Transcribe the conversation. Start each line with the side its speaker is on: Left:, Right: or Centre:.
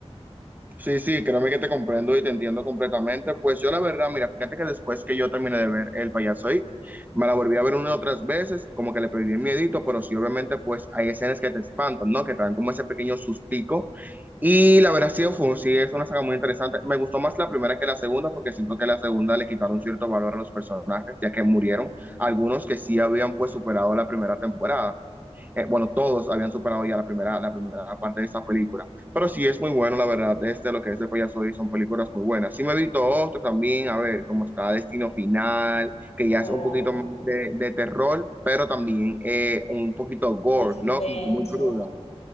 Right: Sí, sí, créeme que te comprendo y te entiendo completamente. Pues yo la verdad, mira, fíjate que después que yo terminé de ver El Payaso It, me la volví a ver una y otras veces, como que le perdí el miedito, pero sí, obviamente, pues hay escenas que te espantan, ¿no? Que te dan como ese pequeño sustico. Y la verdad, sí, fue, sí, es una saga muy interesante. Me gustó más la primera que la segunda, porque siento que la segunda le quitaron cierto valor a los personajes, ya que murieron algunos que sí habían pues superado la primera temporada eh, bueno, todos habían superado ya la primera, la primera parte de esa película. Pero sí es muy bueno, la verdad, este, lo que es el payaso y son películas muy buenas. Sí me he visto otro también, a ver, como está Destino Final, que ya
Left: O
Right: es un poquito más de, de terror, pero también eh, un poquito gore,
Left: como de suspenso.
Right: ¿no? Como que muy cruda.